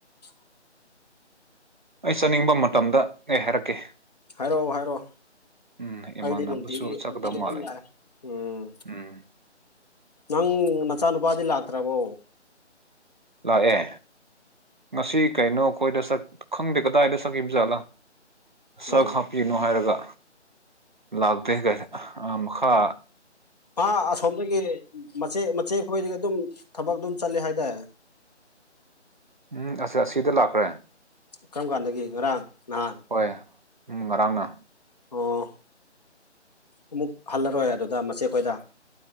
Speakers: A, on the left; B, on the right.
A: ꯎ
B: ꯑꯩ ꯆꯥꯅꯤꯡꯕ ꯃꯇꯝꯗ ꯑꯦ ꯍꯥꯏꯔꯛꯀꯦ
A: ꯍꯥꯏꯔꯛꯑꯣ ꯍꯥꯏꯔꯛꯑꯣ
B: ꯎꯝ ꯏꯃꯥꯟꯅꯕꯁꯨ
A: ꯑꯩꯗꯤ ꯅꯨꯡꯇꯤꯒꯤ
B: ꯆꯠꯀꯗꯕ
A: ꯅꯨꯡꯇꯤꯒꯤ ꯑꯗꯨꯝ
B: ꯃꯥꯜꯂꯦ
A: ꯂꯥꯛꯑꯦ ꯎꯝ
B: ꯎꯝ
A: ꯅꯪ ꯅꯆꯥꯅꯨꯄꯥꯗꯤ ꯂꯥꯛꯇ꯭ꯔꯕꯣ
B: ꯥꯛꯑꯦ ꯉꯁꯤ ꯀꯩꯅꯣ ꯑꯩꯈꯣꯏꯗ ꯈꯪꯗꯦ ꯀꯗꯥꯏꯗ ꯁꯛꯈꯤꯕꯕ ꯖꯥꯠꯂꯥ ꯁꯛ
A: ꯎꯝ
B: ꯍꯥꯞꯄꯤꯅꯣ ꯍꯥꯏꯔꯒ ꯂꯥꯛꯇꯦ ꯀꯥꯏ ꯃꯈꯥ
A: ꯍꯥ ꯑꯁꯣꯝꯗꯒꯤ ꯃꯆꯦ ꯃꯆꯦ ꯑꯩꯈꯣꯏꯗꯒꯤ ꯑꯗꯨꯝ ꯊꯕꯛ ꯑꯗꯨꯝ ꯆꯠꯂꯦ ꯍꯥꯏꯗ
B: ꯎꯝ ꯑꯁ ꯑꯁꯤꯗ ꯂꯥꯛꯈ꯭ꯔꯦ
A: ꯀꯔꯝ ꯀꯥꯟꯗꯒꯤ ꯉꯔꯥꯡ ꯅꯍꯥꯟ
B: ꯍꯣꯏ ꯎꯝ ꯉꯔꯥꯡꯅ
A: ꯑꯣ ꯑꯃꯨꯛ ꯍꯜꯂꯔꯣꯏ ꯑꯗꯨꯗ ꯃꯆꯦꯈꯣꯏꯗ